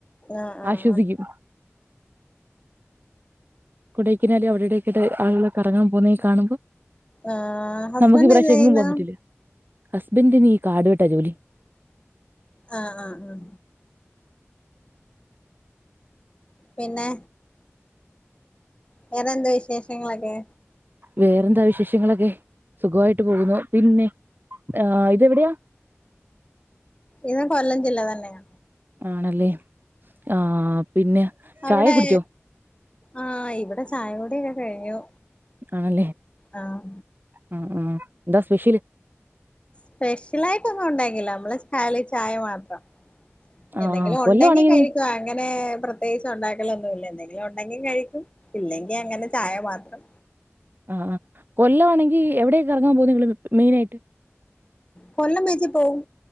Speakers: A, on the left; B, on the right.
A: ആഹ് ആഹ്
B: ആശ്വസിക്കും.
A: ആഹ്
B: കൊടൈക്കനാല് അവടെ വടൊക്കയ്ട്ട് ആള്കള് കറങ്ങാൻ പോവുന്നെ കാണുമ്പോ
A: ആഹ് ഹസ്ബൻഡ്
B: നമക്ക് ഈ പ്രാവശ്യെങ്ങും
A: എന്ത് ചെയ്യുന്നു
B: പോവാൻ പറ്റില്ല ഹസ്ബൻ്റ്ന് ഈ കാട് വെട്ടാ ജോലി.
A: ആഹ് ആഹ ആഹ് പിന്നെ വേറെന്താ വിശേഷങ്ങളൊക്കെ?
B: വേറെന്താ വിശേഷങ്ങളൊക്കെ സുഖോയിട്ട് പോകുന്നു പിന്നെ ആഹ് ഇതെവിടെയാ?
A: ഇത് കൊല്ലം ജില്ല തന്നെയാ
B: ആണല്ലേ ആഹ് പിന്നെ
A: അവിടെ
B: ചായ കുടിച്ചോ?
A: ആഹ് ഇവിടെ ചായകുടിയൊക്കെ കഴിഞ്ഞു
B: ആണല്ലേ
A: ആഹ്
B: ഉം ഉം എന്താ സ്പെഷ്യല്
A: സ്പെഷ്യലയിട്ടൊന്നും ഉണ്ടാക്കില്ല നമ്മള് കാലി ചായ മാത്രം
B: ആ
A: എന്തെങ്കിലും
B: ആ
A: ഉണ്ടെങ്കി
B: കൊല്ലമാണെങ്കിൽ
A: കഴിക്കു അങ്ങനെ പ്രത്യേകിച്ച് ഉണ്ടാക്കലൊന്നുല്ലേന്നെ ഉണ്ടെങ്കിൽ കഴിക്കും ഇല്ലെങ്കിൽ അങ്ങനെ ചായമാത്രം
B: ആഹ് ആഹ് കൊല്ലാണങ്കിൽ എവിടെയൊക്കെ കറങ്ങാൻ പോകുന്നെ നിങ്ങള് മെയിനയിട്ട്
A: കൊല്ലം ബിച്ചി പോവും